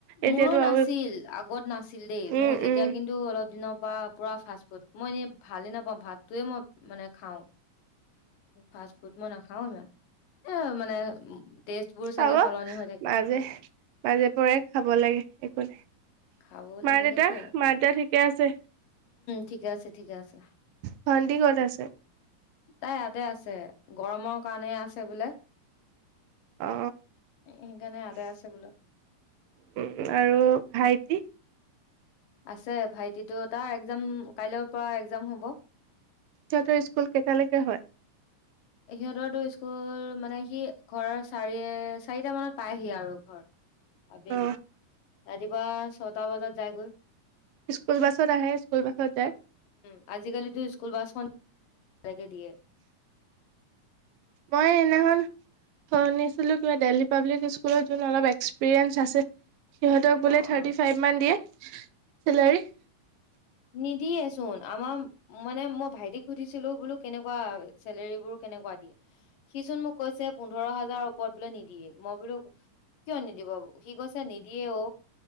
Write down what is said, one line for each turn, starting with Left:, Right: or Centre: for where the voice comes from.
Right: এতিয়াতো
Left: মোৰো নাছিল
Right: আৰু
Left: আগত নাছিল দেই মোৰ
Right: উম
Left: এতি
Right: উম
Left: এতিয়া কিন্তু অলপ দিনৰ প পৰা পুৰা ফা ফুড মই এনে। ভালে নাপাওঁ ভাতটোৱে মই মানে। খাওঁ। ফাষ্ট ফুড মই নাখাও ইমান। এ মানে টেষ্ট বোৰ
Right: খাবা
Left: চাগে সলনি হৈ থাকে
Right: মাজে মাজে পৰে খাব লাগে একো নাই।
Left: খাবও
Right: মা
Left: লাগে
Right: দেউতা
Left: সেইটোয়ে
Right: মা দেতা ঠিকে আছে।
Left: ঠিক আছে। ঠিকে আছে
Right: ভন্তি কত আছে।
Left: তাই ইয়াতে আছে। গৰমৰ কাৰণেই আছে বোলে।
Right: অ
Left: সেইকাৰণে এয়াযতে আছে বোলো।
Right: উম আৰু ভাইটি
Left: আছে ভাইটিতো তাৰ এক্জাম কাইলৈৰ পৰা এক্জাম হ'ব।
Right: তহতৰ স্কুল কেইটালৈকে হয়।
Left: সিহঁতৰতো স্কুল মানে সি ঘৰ চাৰি চাৰিটা মানত পায়হি। আৰু ঘৰ আবেলি।
Right: অ
Left: ৰাতিপুৱা ছটা বজাত যাই গৈ। উম,
Right: স্কুল বাছত আহে স্কুল বাছত যায়
Left: উম আজিকালিতো স্কুল বাছখন। লাগে দিয়ে।
Right: মই সদিনাখন শুনিছিলোঁ কিবা দেলহী পাব্লিক স্কুলত য অলপ এক্সপিৰিয়েঞ্চ আছে। সিহঁতক বোলে
Left: অ
Right: থাৰ্টি
Left: অ
Right: ফাইভ মান দিয়ে। চেলাৰি।
Left: নিদিয়ে চোন আমাৰ মানে মই ভাইটিক সুধিছিলো বোলো। কেনেকুৱা চেলৰীবোৰ কেনেকুৱা দিয়ে সি চোন মোক কৈছে পোন্ধৰ হাজাৰৰ ওপৰত বোলে। নিদিয়ে মই বোলো কিয় নিদিব সি কৈছে নিদিয়ে অ